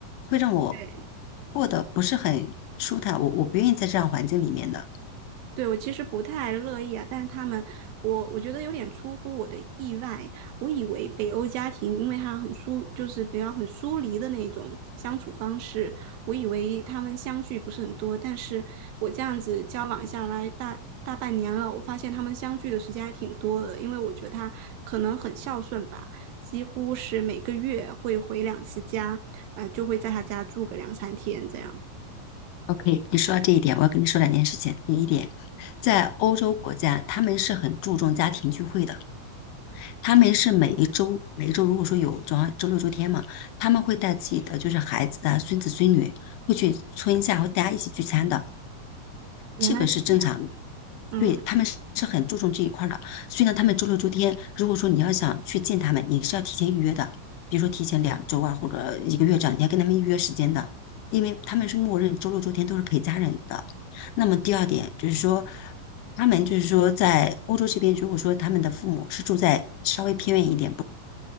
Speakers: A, on the left (about 75°); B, on the right (about 85°).
A: 会让我
B: 对
A: 过得不是很舒坦。我我不愿意在这样环境里面的。
B: 对，我其实不太乐意啊，但是他们，我我觉得有点出乎我的意外。我以为北欧家庭，因为他很疏，就是比较很疏离的那种相处方式，我以为他们相聚不是很多，但是我这样子交往下来大大半年了，我发现他们相聚的时间还挺多的，因为我觉得他可能很孝顺吧，几乎是每个月会回两次家，啊、就会在他家住个两三天这样。
A: OK，你说到这一点，我要跟你说两件事情。第一点，在欧洲国家，他们是很注重家庭聚会的。他们是每一周，每一周如果说有周二、周六、周天嘛，他们会带自己的就是孩子啊、孙子孙女，会去村下，会大家一起聚餐的，
B: 原来是这样。
A: 这个是正常。
B: 嗯。
A: 对，他们是是很注重这一块儿的，所以呢，他们周六、周天，如果说你要想去见他们，你是要提前预约的，比如说提前两周啊，或者一个月这样，你要跟他们预约时间的，因为他们是默认周六、周天都是陪家人的。那么第二点就是说，他们就是说在欧洲这边，如果说他们的父母是住在稍微偏远一点。